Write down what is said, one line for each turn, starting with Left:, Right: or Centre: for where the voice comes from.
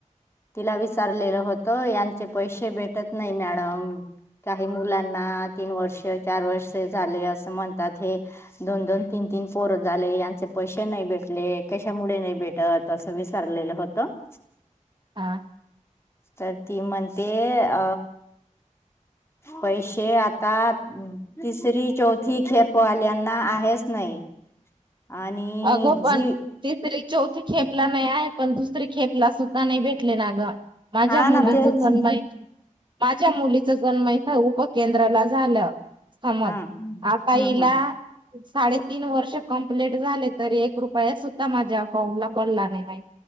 Left: तिला विचारलेलं होतं यांचे पैसे भेटत नाही मॅडम. काही मुलांना तीन वर्ष चार वर्ष झाले असं म्हणतात हे दोन दोन तीन तीन पोर झाले यांचे पैसे नाही भेटले. कशामुळे नाही भेटत असं विचारलेलं होतं. <unintelligible>
Right: हा.
Left: तर ती म्हणतेअ पैसे आत ता तिसरी चौथी <unintelligible> वाल्यांना आलेच नाही आणि
Right: अगं पण
Left: जी
Right: तिसरी चौथी खेप ला नाही आहेत. पण दुसरी खेप ला स्वता नाही भेटले ना ग. माझ्या
Left: हा
Right: मुलीचं
Left: ना तेच
Right: पण बाई, माझ्या मुली च पण नई का उपकेंद्राला झालं होम वर्क
Left: हा हम्म
Right: आता हिला
Left: हम्म
Right: साडेतीन वर्ष कम्प्लिट झाले तरी पण एक रुपया सुद्धा माझ्या अकाउंटला पडला नाही मई.